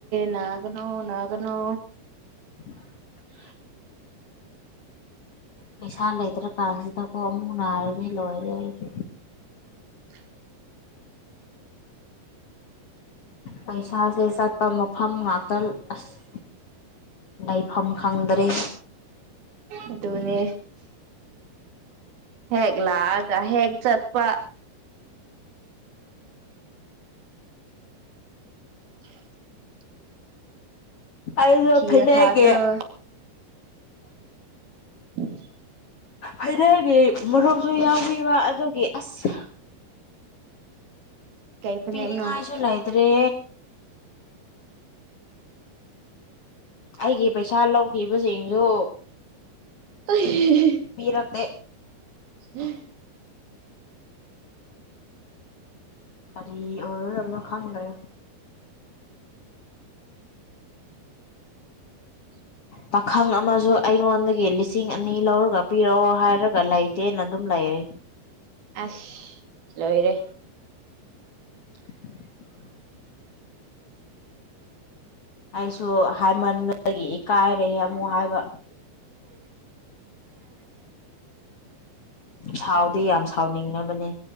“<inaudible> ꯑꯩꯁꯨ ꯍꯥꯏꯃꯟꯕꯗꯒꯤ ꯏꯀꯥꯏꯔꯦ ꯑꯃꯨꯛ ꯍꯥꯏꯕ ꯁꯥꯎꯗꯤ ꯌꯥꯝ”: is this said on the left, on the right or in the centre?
Left